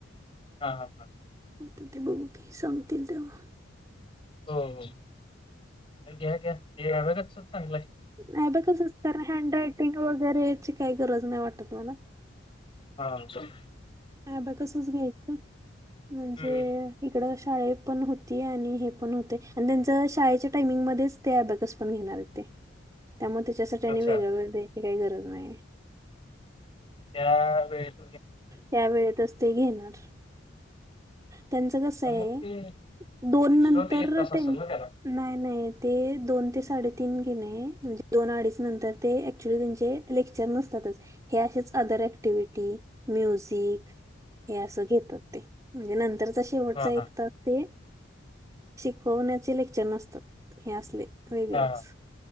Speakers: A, on the left (about 25°); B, on the right (about 15°).
A: हा हा हा.
B: आता ते बघू की सांगतील तेव्हा.
A: हो हो घ्या घ्या घ <unintelligible> बघ चांगलंय.
B: नाही बघसच कारण हँड रायटिंग वगैरे याची काही गरज नाही वाटत मला.
A: हा स. <unintelligible>
B: <unintelligible> ब कसच घ्यायचं म्हणजे
A: हं, हं.
B: इकड.. शाळे पण होती, आणि हे पण होते, आणि त्यांच शाळेच्या टायमिंगमध्येच ते अ बॅगस पण घेणार हाईत ते.
A: <inaudible>
B: त्यामुळे त्याच्यासाठी आणि
A: अच्छा.
B: वेगळ वेगळ द्यायची काही गरज नाही.
A: त्या वेळेत.
B: त्या वेळेतच ते घेणार. त्यांचं कस
A: पण
B: आहे,
A: मग ते
B: दोन
A: एक्स्ट्रा
B: नंतर
A: ते तास असेल
B: त्यां
A: ना त्याला?
B: नाही नाही. ते दोन ते साडेतीन गेणे म्हणजे दोन अडीच नंतर ते क्च्युली त्यांचे लेक्चर नसतात. हे असच अदर ऍक्टिवटी म्युझिक. हे असं घेतात ते म्हणजे नंतरचा शेवटचा
A: हां,
B: एक
A: हां.
B: तास ते. शिकवण्याचे लेक्चर नसत हे असले. वेगळेच
A: हां, हां.